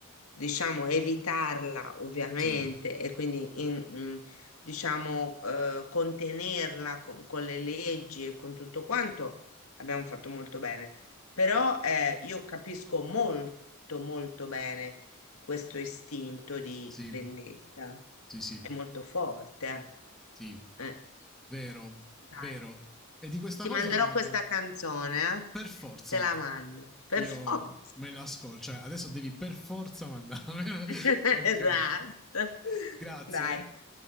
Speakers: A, on the left; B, in the centre.
A: diciamo, evitarla, ovviamente,
B: sì,
A: e quindi in- in- diciamo, eh, contenerla con, con le leggi e con tutto quanto abbiamo fatto molto bene. Però eh, io capisco molto, molto bene questo istinto di
B: sì,
A: vendetta.
B: sì, sì,
A: È molto forte.
B: sì,
A: eh. Eh.
B: vero,
A: Dai,
B: vero. E di questa
A: ti
B: cosa
A: manderò questa canzone, eh.
B: per forza
A: Te la mando. Per
B: io
A: forza.
B: me la ascolto. Cioè, adesso devi per forza mandarmi.
A: <laughs>
B: <laughs> ok.
A: Esatto.
B: Grazie.
A: Dai.